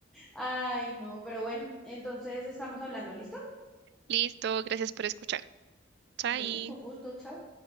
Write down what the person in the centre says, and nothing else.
Ay, no, pero bueno, entonces estamos hablando, ¿listo?
Bueno, con gusto, chao.